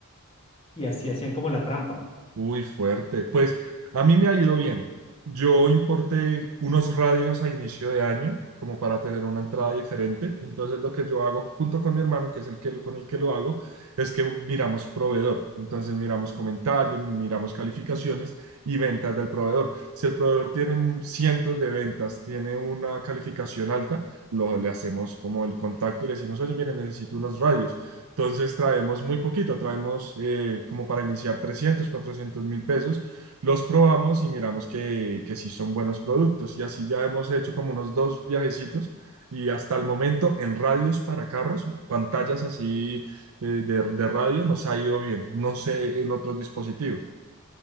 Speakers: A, on the left; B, on the right.
A: y así hacían como la trampa.
B: Uy, fuerte. Pues a mí me ha ido bien. Yo importé unos radios a inicio de año, como para tener una entrada diferente. Entonces lo que yo hago junto con mi hermano, que es el que, lo- con el que lo hago, es que miramos proveedor. Entonces miramos comentarios, miramos calificaciones y ventas del proveedor. Si el proveedor tiene cientos de ventas, tiene una calificación alta, lo, le hacemos como el contacto y le decimos, oye, mire, necesito unos radios. Entonces traemos muy poquito, traemos eh, como para iniciar trescientos, cuatrocientos mil pesos, los probamos y miramos que, que sí son buenos productos. Y así ya hemos hecho como unos dos viajecitos y hasta el momento en radios para carros, pantallas así eh, de, de radio, nos ha ido bien. No sé en otros dispositivos.